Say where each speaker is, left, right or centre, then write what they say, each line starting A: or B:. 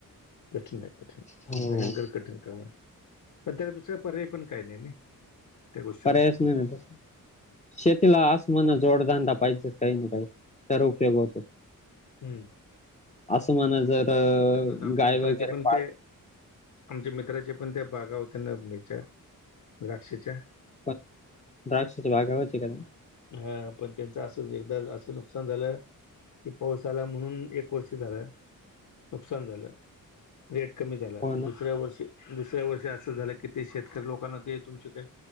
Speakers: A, on the left (about 65°); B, on the left (about 20°).
A: कठीण आहे कठीण,
B: हो
A: भयंकर कठीण काम आहे. पण त्याला दुसरा पर्याय पण काही नाही, नाही? त्या गोष्टीला
B: पर्यायच नाही ना तसं. शेतीला आस म्हणा जोडधंदा पाहिजे काही ना काही, तर उपयोग होतो.
A: हम्म.
B: असं म्हणा जर
A: त्यातनं आता आमच्या
B: गाय
A: मित्राचे
B: वगैरे
A: पण
B: पाळ
A: ते आमच्या मित्राच्या पण त्या बागा होत्या ना, हेच्या द्राक्षाच्या
B: पण द्राक्षाच्या बागा, होत्या का नाही?
A: हा पण त्यांचं असंच एकदा असं नुकसान झालं कि पाऊस आला म्हणून एक वर्ष झालं, नुकसान झालं. रेट कमी झाला.
B: हो ना
A: दुसऱ्या वर्षी दुसऱ्या वर्षी असं झालं की, ते शेतकरी लोकांना ते तुमचे काय